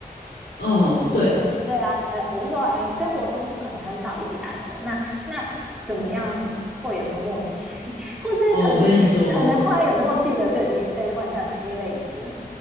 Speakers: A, on the left; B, in the centre.
A: <laughs> 嗯，
B: 以前对啊，
A: 对，
B: 呃，我是说，哎、呃生活中可能很少一起打球，那那怎么样会有那个默契，<laughs> 或是可能可能快有默契的就已经被换下场，
A: 哦，我跟你说，
B: 因为累死了。